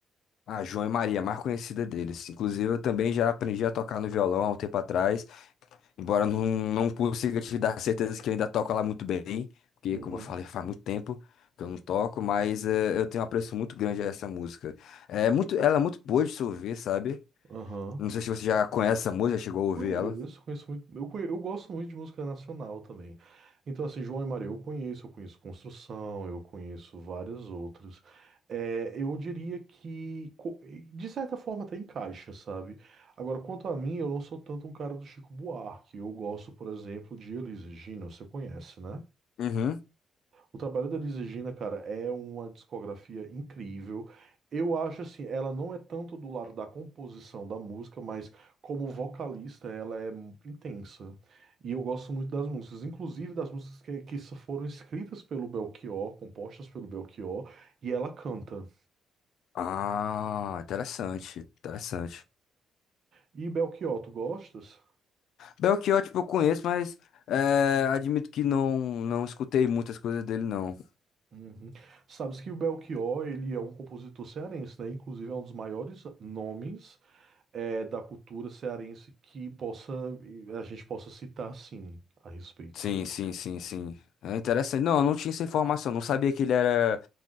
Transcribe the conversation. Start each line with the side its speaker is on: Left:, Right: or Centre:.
Left: Ah, João e Maria, a mais conhecida deles. Inclusive, eu também já aprendi a tocar no violão há um tempo atrás, embora não, não consiga te dar certeza que eu ainda toco lá muito bem, porque,
Right: Uhum.
Left: como eu falei, faz muito tempo que eu não toco, mas eh, eu tenho um apreço muito grande a essa música. É muito, ela é muito boa de se ouvir, sabe?
Right: Aham.
Left: Não sei se você já conhece essa música, chegou a ouvir
Right: Conheço,
Left: ela.
Right: conheço muito. Eu, conhe- eu gosto muito de música nacional também. Então, assim, João e Maria eu conheço, eu conheço Construção, eu conheço várias outras. É, eu diria que, co- de certa forma, até encaixa, sabe? Agora, quanto a mim, eu não sou tanto um cara do Chico Buarque. Eu gosto, por exemplo, de Elis Regina, você conhece, né?
Left: Uhum.
Right: O trabalho da Elis Regina, cara, é uma discografia incrível. Eu acho assim, ela não é tanto do lado da composição da música, mas como vocalista ela é mu- intensa. E eu gosto muito das músicas, inclusive das músicas que, que s- foram escritas pelo Belchior, compostas pelo Belchior, e ela canta.
Left: Ah, interessante, interessante.
Right: E Belchior, tu gostas?
Left: Belchior, tipo, eu conheço, mas é, admito que não, não escutei muitas coisas dele, não.
Right: Uhum. Sabes que o Belchior, ele é um compositor cearense, né? Inclusive é um dos maiores nomes é, da cultura cearense que possa a gente possa citar sim a respeito.
Left: Sim, sim, sim, sim. É interessante. Não, eu não tinha essa informação. Não sabia que ele era